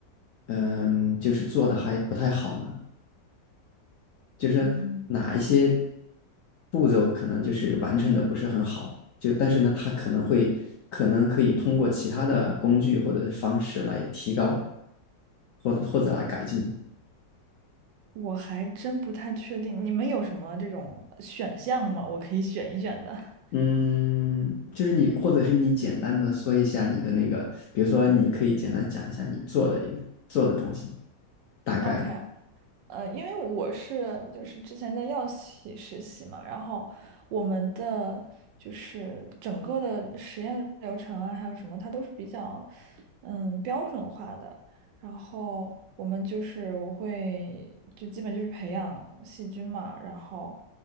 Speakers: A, on the left (about 65°); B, on the right (about 80°).
A: 嗯、呃就是做的还不太好呢？就是哪一些
B: 嗯，
A: 步骤可能就是完成的不是很好，就但是呢，它可能会可能可以通过其他的工具或者是方式来提高，或者或者来改进。
B: 我还真不太确定，你们有什么这种选项吗？我可以选一选的。
A: 嗯，就是你，或者是你简单的说一下你的那个，比如说你可以简单讲一下你做的一做的东西，大概的
B: OK，呃，因为我是就是之前在药企实习嘛，然后我们的就是整个的实验流程啊，还有什么，它都是比较嗯标准化的。然后我们就是我会就基本就是培养细菌嘛，然后